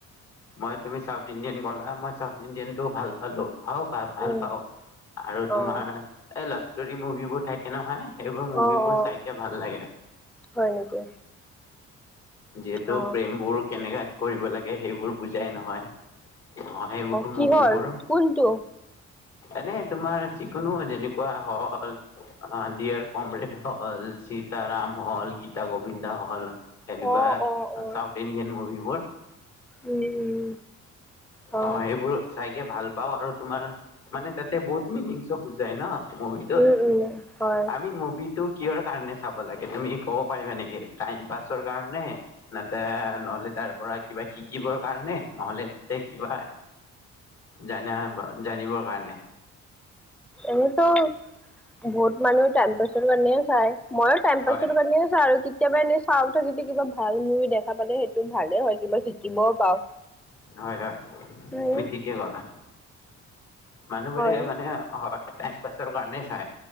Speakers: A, on the left; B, in the centre.
A: মই তুমি চাউথ ইণ্ডিয়ান গোলে মই চাউথ ইণ্ডিয়ানটো ভাল পালো অ পাও ভাল
B: উম
A: পাওঁ আৰু তোমাৰ
B: অ
A: এই লাভ ষ্টৰি মুভিবোৰ থাক কে নহয় এইবোৰ মুভিবোৰ
B: অ অ
A: চাইকে ভাল লাগে
B: হয় নেকি
A: যিহেতু
B: অ
A: প্ৰেমবোৰ কেনেকা কৰিব লাগে সেইবোৰ বুজাই নহয় অ সেইবোৰ
B: কিহৰ
A: মুভিবোৰ
B: কোনটো
A: এনে তোমাৰ যিকোনো যেনেকুৱা হল অ দিয়াৰ কমৰেড হল সীতাৰাম হল গীতা গোবিন্দা হল এনেকুৱা
B: অ অ অ
A: চাউথ ইণ্ডিয়ান মুভিবোৰ
B: উম উম হয়
A: অ সেইবোৰ চাইকে ভাল পাও আৰু তোমাৰ মানে তাতে বহুত মিনিংচো বুজাই ন মুভিটোত
B: উম উম হয়
A: আমি মুভিটোক কিহৰ কাৰণে চাব লাগে তুমি ক'ব পাৰিবা নেকি টাইম পাছৰ কাৰণে নাতে নহলে তাৰ পৰা কিবা শিকিবৰ কাৰণে নহলে নে কিবা জানা জানিবৰ কাৰণে
B: এনেতো ভোট মানুহ টাইম পাছ <unintelligible> <unintelligible> মইও টাইম
A: হয়
B: পাছৰ কাৰণে চাও আৰু কেতিয়াবা এনেই চাউথৰ যদি কিবা ভাল মুভি দেখা পালে সেইটো ভালে হয় কিবা শিকিবও পাওঁ
A: হয় হয়
B: উম
A: তুমি ঠিকে কলা মানুহবোৰে
B: হয়
A: মানে হয়। টাইম পাছৰ কাৰণে চাই